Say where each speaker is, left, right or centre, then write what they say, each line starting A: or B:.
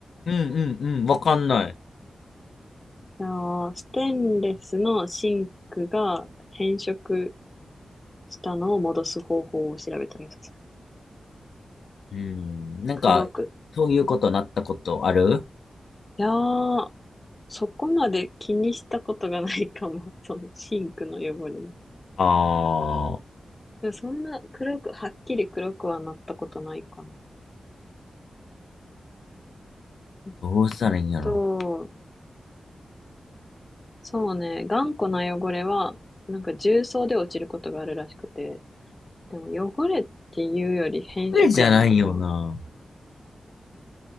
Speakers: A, on the left; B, on the left.
A: うんうんうん、わかんない。
B: あーステンレスのシンクが変色したのを戻す方法を調べたらよさそう。
A: うん、なんか、
B: 黒く。
A: そういうことなったことある
B: いやー、そこまで気にしたことがないかも。<laughs> そのシンクの汚れに。
A: ああー、
B: でもそんな黒く、はっきり黒くはなったことないかな。えっ
A: どうしたらいいんやろ。
B: と、そうね、頑固な汚れは、なんか重曹で落ちることがあるらしくて、でも汚れっていうより変色やもんな。
A: これじゃないよな。